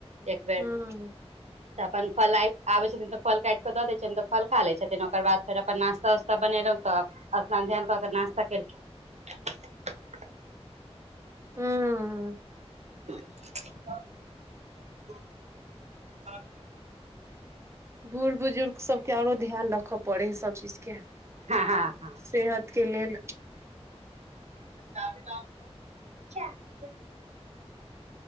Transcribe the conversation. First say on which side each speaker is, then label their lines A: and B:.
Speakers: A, on the right; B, on the right.
A: एक बेड
B: हँ
A: तऽ अपन फलाइ आबै छथिन तऽ फल काट कऽ दै छियनि तऽ फल खा लै छथिन ओकर बाद फेर अपन नास्ता उस्ता बनेलहुँ तऽ स्न ध्यान कऽ के नास्ता केलखिन
B: हँ
A: <unintelligible>
B: बूढ़ बुजुर्ग सबके ओरो ध्यान रखऽ पड़े है सब चीज के
A: हँ हँ हँ
B: सेहत के लेल
A: चा भी लाअो तो